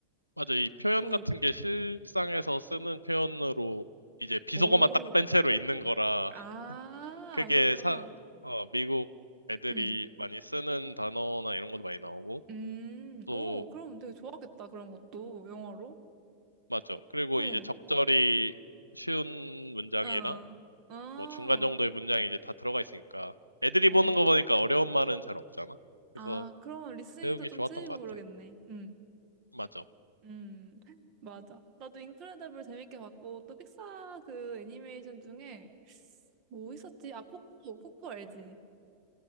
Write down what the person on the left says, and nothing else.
맞아, 이 표현
같은 게 실상에서 쓰는 표현으로 이제 비속어만
딱 뺀 채로 있는 거라
그게
사, 어, 미국 애들이
많이 쓰는 단어나 이런 것도 많이 나오고,
또,
맞죠. 그리고
이제 적절히 쉬운 문장이랑,
뭐 중간 정도의 문장이 이제 다 들어가 있으니까, 애들이
보는 거 보니까 어려운 말은 잘 없잖아. 그래서
배우기
좋았던
것
같아.
맞아.